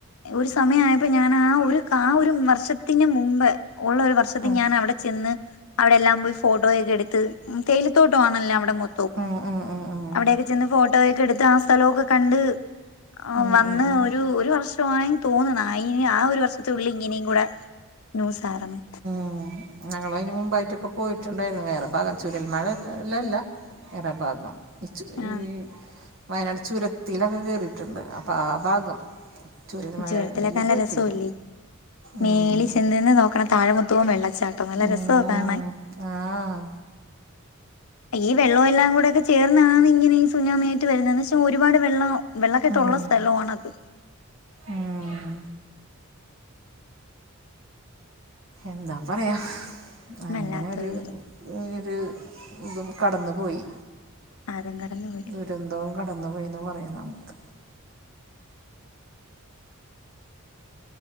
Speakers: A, on the left; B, on the right.
A: ഒരു സമയമായപ്പോ ഞാൻ ആഹ് ഒരു ആഹ് ഒരു വർഷത്തിന് മുമ്പ് ഉള്ള ഒരു
B: ഉം
A: ഞാൻ അവിടെ ചെന്ന് അവിടെല്ലാം പോയി ഫോട്ടോയൊക്കെ എടുത്ത് ത്തോട്ടു ആണല്ലോ അവിടെ മൊത്തൂപ്പ്
B: ഉം ഉം ഉം ഉം
A: അവിടെയൊക്കെ ചെന്ന് ഫോട്ടോയൊക്കെ എടുത്ത് ആഹ് സ്ഥലോൊ കണ്ട് ആഹ്
B: ഉം
A: വന്ന്
B: ഉം ഉം
A: ഒരു ഒരു വർഷ വങ്ങ തോന്നുന്ന ആഹ് ഒരു വർഷത്ത ഉുള്ളിൽ ഇങ്ങനെയും കൂടെ ന്യൂസ് ആറന്ന്
B: ഉം ഞങ്ങൾ അതിന് മുമ്പായിട്ടൊക്കെ പോയിട്ടുണ്ടായിരുന്നു വേറെ ഭാഗം ചുരുൽ മഴല്ലല്ല വേറ ഭാഗം ഈ ചു
A: ആഹ്
B: ഈ വയനാട് ചുരത്തിലൊക്കെ കയറിയിട്ടുണ്ട് അപ്പം ആഹ് ഭാഗം ചുരൽമലയിൽ
A: ജുരത്തിലൊക്കെ നല്ല
B: പോയിട്ടില്ല
A: രസവല്ലേ മേലി
B: ഉം
A: ചെന്തുന്ന താഴമുത്തുവവും വെള്ളച്ചാട്ടം നല്ല
B: ഉം
A: രസവുംക്ക കാണൻ
B: ആഹ്
A: ഈ വെള്ളം എല്ലാം കൂടെയ ഒക്കെ ചേർന്നാണാണ് ഇങ്ങനെഈ സുനാമേറ്റ് വരുന്നത്ത പക്ഷെ ഒരുപാട് വെള്ളം വെള്ളക്കെട്ടള്ള
B: ഉം
A: സ്ഥലണത്
B: ഉം എന്താ പറയാ അങ്ങനെ
A: വല്ലാത്തൊരു
B: ഒരു ഒരു ഇതും കടന്ന് പോയി
A: ആഹ് അതും കടന്നു പോയി
B: ദുരന്തവും കടന്നു പോയിന് പറയും നമുക്ക്
A: <inaudible>